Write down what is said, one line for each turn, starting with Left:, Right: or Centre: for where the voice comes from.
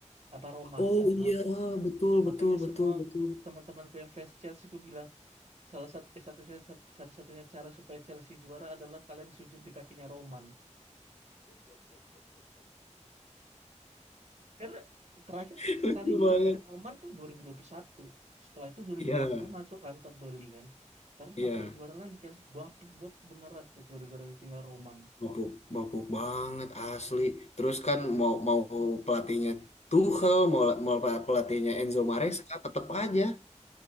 Right: apa Roman
Left: Oh
Right: kan.
Left: iya,
Right: Ma-
Left: betul,
Right: Makanya
Left: betul, betul,
Right: semua
Left: betul.
Right: teman-temanku yang fans Chelsea aku bilang salah satu eh, satu satu-satunya cara supaya Chelsea juara adalah kalian sujud di kakinya Roman. Karena terakhir
Left: <laughs> Lucu
Right: kali juara
Left: banget.
Right: tuh Roman tuh 2021. Setelah itu 2022
Left: Iya,
Right: masuk kan Todd Bowley kan. Terus
Left: iya,
Right: nggak pernah juara lagi Chelsea. Bapet buat beneran tuh gara-gara ditinggal Roman.
Left: mabuk, mabuk banget asli. Terus kan mau mau pelatihnya Tuchel, mau mau pelatihnya Enzo Maresca, tetep aja